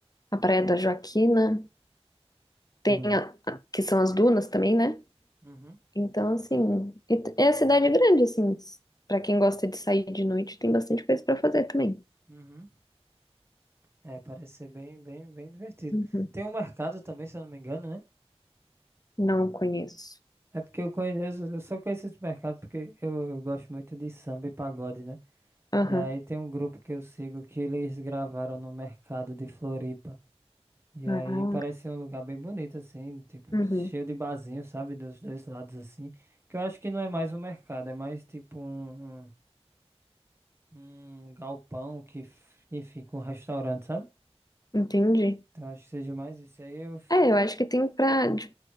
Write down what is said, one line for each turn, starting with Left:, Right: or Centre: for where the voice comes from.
Left: a Praia da Joaquina, tem
Right: Hum.
Left: a, a- que são as dunas também, né?
Right: Uhum,
Left: Então, assim, e t- é a cidade grande, assim, s- pra quem gosta de sair de noite, tem bastante coisa pra fazer também.
Right: uhum. É, parece ser bem, bem, bem divertido.
Left: Uhum.
Right: Tem um mercado também, se eu não me engano, né?
Left: Não conheço.
Right: É porque eu conheço, eu só conheço esse mercado porque eu, eu gosto muito de samba e pagode, né?
Left: Aham.
Right: E aí tem um grupo que eu sigo que eles gravaram no mercado de Floripa. E
Left: Ah,
Right: aí parece um lugar bem bonito, assim, tipo,
Left: uhum.
Right: cheio de barzinho, sabe? Dos dois lados, assim. Que eu acho que não é mais um mercado, é mais tipo um, um, um galpão que, f- que fica um restaurante, sabe?
Left: Entendi.
Right: Então acho que seja mais isso. Aí eu. f-
Left: É, eu acho que tem pra de-